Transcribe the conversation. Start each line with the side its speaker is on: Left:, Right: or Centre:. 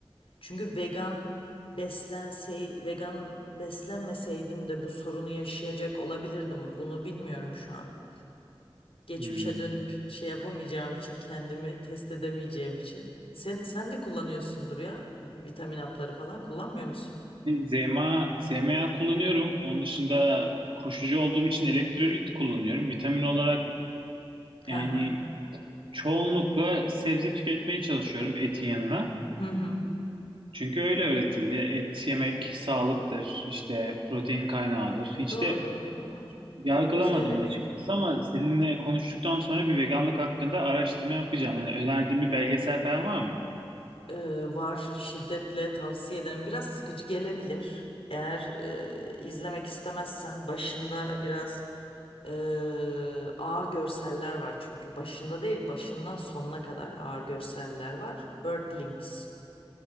Left: Çünkü vegan beslensey vegan beslenmeseydim de bu sorunu yaşayacak olabilirdim. Bunu bilmiyorum şu an geçmişe
Right: Hmm.
Left: dönüp şey yapamayacağım için kendimi test edemeyeceğim için. Sen sen de kullanıyorsundur ya vitamin hapları falan kullanmıyor musun?
Right: ZMA, ZMA kullanıyorum. Onun dışında koşucu olduğum için elektrolit kullanıyorum. Vitamin olarak
Left: Hı
Right: yani
Left: hı.
Right: çoğunlukla sebze tüketmeye çalışıyorum etin yanına.
Left: Hı hı.
Right: Çünkü öyle öğretildi. Et yemek sağlıktır, işte protein kaynağıdır. Hiç
Left: Doğru,
Right: de
Left: doğru.
Right: yargılamadım
Left: Hepimiz öyle
Right: açıkçası
Left: büyüdük.
Right: ama seninle konuştuktan sonra bir veganlık hakkında araştırma yapacağım. Yani önerdiğin bir belgesel falan var mı?
Left: Ee, var. Şiddetle tavsiye ederim. Biraz sıkıcı gelebilir. Eğer e, izlemek istemezsen başında biraz e, ağır görseller var çünkü. Başında değil, başından sonuna kadar ağır görseller var. Earthlings.